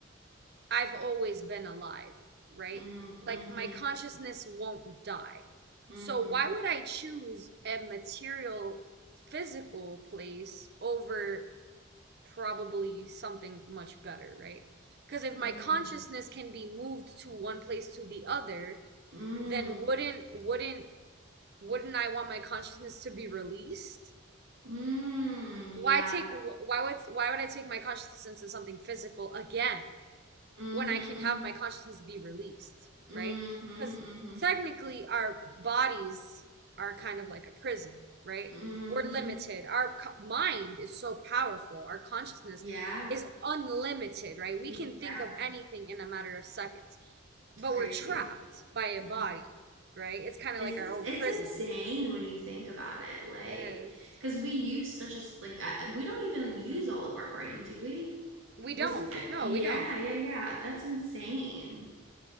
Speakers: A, on the right (about 50°); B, on the right (about 70°).
A: I've always been alive, right?
B: Mm
A: Like
B: mhm.
A: my consciousness won't die.
B: Mhm.
A: So why would I choose a material, physical place over probably something much better, right? Because if my
B: Mm.
A: consciousness can be moved to one place to the other,
B: Mm.
A: then wouldn't wouldn't wouldn't I want my consciousness to be released?
B: Mm. Yeah.
A: Why take why would why would I take my consciousness into something physical again
B: Mhm.
A: when I can
B: Mhm.
A: have my consciousness be released,
B: Mhm,
A: right?
B: mhm,
A: Because technically, our bodies are kind of like a prison, right?
B: mhm.
A: We're limited. Our mind is so powerful. Our consciousness
B: Yeah,
A: is unlimited, right? We
B: yeah,
A: can think of anything in a matter of seconds, but
B: it's crazy.
A: we're trapped by a body,
B: Mm.
A: right? It's kind of
B: It's
A: like our
B: ins-
A: own
B: it's
A: prison.
B: insane when you think about it, like,
A: It is.
B: because we use such a s- like I, I- we don't even use all of our brain, do we?
A: We
B: Wasn't
A: don't.
B: there?
A: No,
B: Yeah,
A: we don't.
B: yeah, yeah.
A: We don't.
B: That's insane.